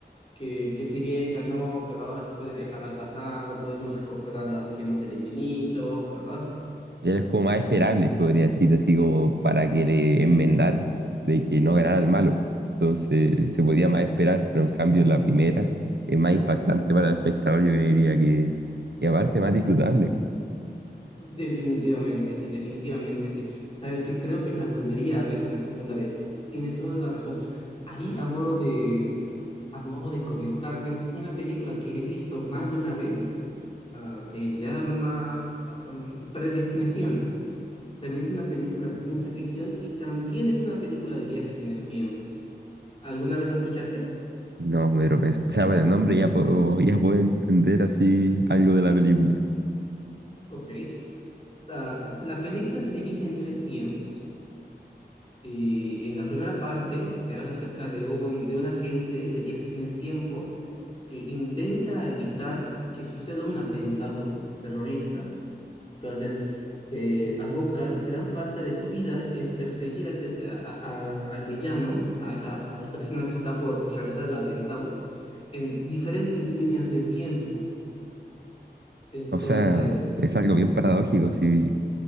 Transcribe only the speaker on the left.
que, que si bien ganó, pero ahora se puede viajar al pasado, podemos recuperar las gemas del infinito, ¿verdad?
Definitivamente, sí, definitivamente, sí. Sabes que creo que la volvería a ver una segunda vez. Tienes toda la razón. Ahí, a modo de, a modo de comentarte, una película que he visto más de una vez, ah, se llama, am, Predestinación. También es una película de ciencia ficción y también es una película de viajes en el tiempo. ¿Alguna vez la escuchaste?
Ok. La, la película se divide en tres tiempos. Y en la primera parte te habla acerca de un, de un agente de viajes en el tiempo que intenta evitar que suceda un atentado terrorista. Entonces, eh, aboca gran parte de su vida en perseguir a ese, a- a- a- al villano, a esa, a esa persona que está por realizar el atentado, en diferentes líneas de tiempo. Entonces,